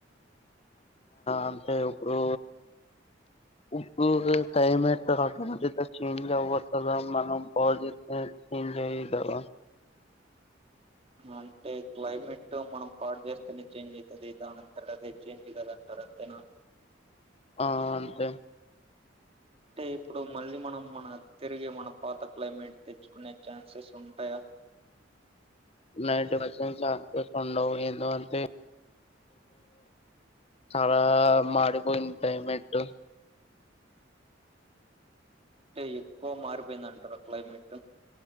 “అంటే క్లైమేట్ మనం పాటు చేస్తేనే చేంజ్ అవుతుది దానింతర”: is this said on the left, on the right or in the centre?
Right